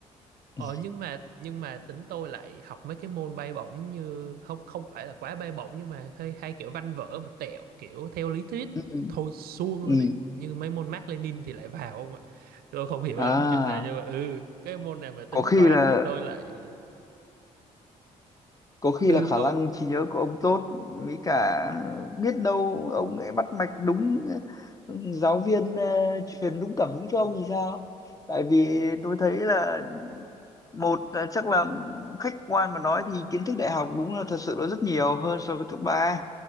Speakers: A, on the left; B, on the right.
A: ừ,
B: Ờ nhưng mà nhưng mà tính tôi lại học mấy cái môn bay bổng như không không phải là quá bay bổng nhưng mà hay, hay kiểu văn vở một tẹo kiểu theo lý thuyết
A: ừ.
B: thôi suông
A: ừ.
B: luôn ấy như mấy môn Mác Lênin thì lại vào không ạ tôi không hiểu
A: À,
B: lắm chuyện này nhưng mà ừ cái môn này mà tính
A: có khi
B: toán
A: là
B: thì tôi lại
A: có khi
B: ừ
A: là khả năng trí nhớ của ông tốt mới cả biết đâu ông lại bắt mạch đúng ừ, giáo viên ờ, truyền đúng cảm hứng cho ông thì sao tại vì tôi thấy là một là chắc là khách quan mà nói thì kiến thức đại học đúng là thật sự là rất nhiều hơn so với cấp ba